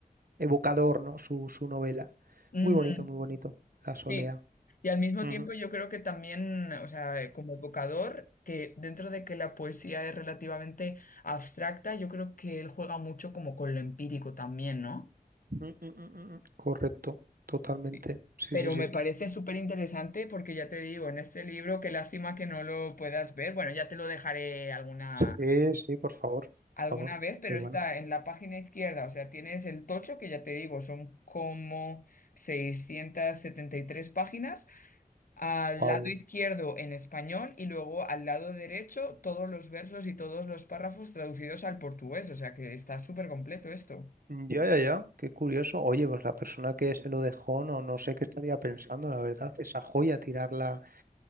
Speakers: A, on the right; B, on the left.
A: evocador, ¿no? Su, su novela. Es
B: Ujú,
A: muy bonito, muy bonito, La Solea.
B: Sí. Y al mismo
A: Ujú.
B: tiempo yo creo que también, o sea, eh, como evocador, que dentro de que la poesía es relativamente abstracta, yo creo que él juega mucho como con lo empírico también, ¿no?
A: Mm, mm, mm, mm, mm. Correcto, totalmente.
B: Sí.
A: Sí,
B: Pero
A: sí, sí.
B: me parece súper interesante porque ya te digo, en este libro, qué lástima que no lo puedas ver. Bueno, ya te lo dejaré alguna
A: Sí, sí, por favor,
B: alguna
A: por favor.
B: vez, pero
A: Qué bueno.
B: está en la página izquierda, o sea, tienes el tocho, que ya te digo, son como 673 páginas, al
A: Wow.
B: lado izquierdo en español y luego al lado derecho todos los versos y todos los párrafos traducidos al portugués, o sea que está súper completo esto.
A: Ya, ya, ya, qué curioso. Oye, pues la persona que se lo dejó, no, no sé qué estaría pensando, la verdad, esa joya tirarla